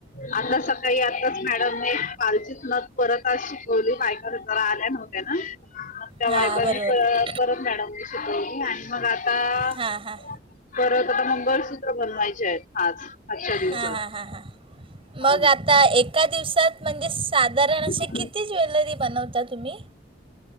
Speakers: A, on the left (about 45°); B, on the right (about 30°).
A: आता सकाळी आताच मॅडमने कालचीच नथ परत आज शिकवली, बायका जरा आल्या नव्हत्या ना. <unintelligible> त्या
B: हां
A: बायकांनी
B: बरोबर
A: परत मॅडमनी शिकवली, आणि मग आता
B: हां हां
A: परत आता मंगळसूत्र बनवायचे आहेत आज. आजच्या दिवसात
B: हा हा हा हा.
A: हा
B: मग आता एका दिवसात म्हणजे साधारण
A: ना
B: असे किती ज्वेलरी बनवता तुम्ही?